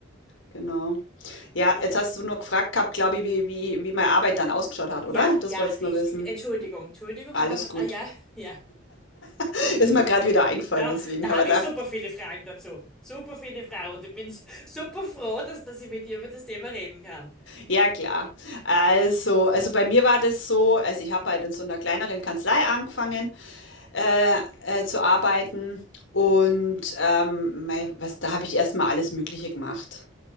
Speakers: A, on the left (about 70°); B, in the centre.
A: genau. Ja,
B: Ich,
A: jetzt hast du noch gefragt gehabt, glaube ich, wie, wie, wie meine Arbeit dann ausgeschaut hat,
B: ja,
A: oder? Das
B: ja,
A: wolltest
B: richtig.
A: du nur wissen.
B: Entschuldigung, Entschuldigung,
A: Alles
B: aber
A: gut.
B: äh, ja, ja.
A: <laughs> Ist mir gerade wieder eingefallen,
B: Da,
A: deswegen
B: da
A: habe
B: habe
A: ich gedacht,
B: ich super viele Fragen dazu. Super viele Fragen und ich bin s- super froh, dass, dass ich mit dir über das Thema reden kann.
A: ja klar. Also, also bei mir war das so, also ich habe halt in so einer kleineren Kanzlei angefangen äh, äh, zu arbeiten und ähm, mei, was, da habe ich erstmal alles Mögliche gemacht.